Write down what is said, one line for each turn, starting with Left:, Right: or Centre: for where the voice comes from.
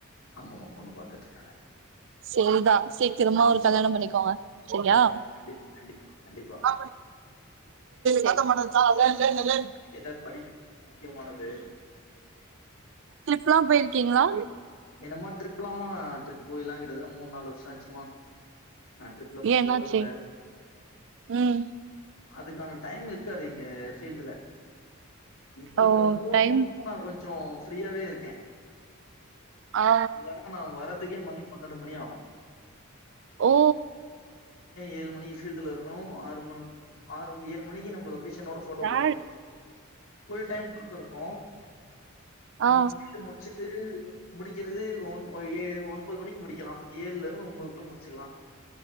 Left: ஆமாமா பொண்ணு பாத்துட்டு இருக்காங்க
Right: சேரிதா சீக்கிரமா
Left: ம்
Right: ஒரு கல்யாண பண்ணிக்கோங்க செரியா
Left: கண்டி- கண்டிப்பா கண்டிப்பா கண்டிப்பா
Right: ஆ சத்தம் போடதே ஆன் வே
Left: இன்னிக்குலா படிப்பு முக்கியமானது
Right: ட்ரிப்ல்லா போயிருக்கீங்களா
Left: என்னம்மா ட்ரிப் இல்லாமா ட்ரிப் போய்லா கிட்டட்டது மூணு நாலு வருஷ ஆச்சும்மா அ ட்ரிப்லா இப்ப
Right: ஏன் என்னாச்சு?
Left: போறதுல்ல
Right: ம்.
Left: அதுக்கான டைம் இருக்காது இங்க ஃபீல்டுல இப்ப
Right: ஓ!
Left: இந்த மூணு
Right: டைம்
Left: மூ நா கொஞ்சோ ஃப்ரீயாவே இருக்கே
Right: ஆ.
Left: இல்லன்னா நா வரத்துக்கே மணி பன்னெண்டு மணி ஆகு <inaudible>
Right: ஓ!
Left: ஏழு மணிக்கு ஃபீல்டுல இருக்கு ஆறு ம ஆறு ஏழு மணிக்கு நம்ம லொகேஷனோட ஃபோட்டோ போட்ட
Right: ஆ.
Left: ஃபுல் டைம் ர்க் இருக்கு நம்
Right: ஆ.
Left: ஃபீல்ட் முடி ச்சுட்டு முடிக்கிறது ஒ ஏ ஒன்பது மணிக்கு முடிக்கலா ஏழ்ல இருந்து ஒம்போது குள்ள முடிச்சுக்கலா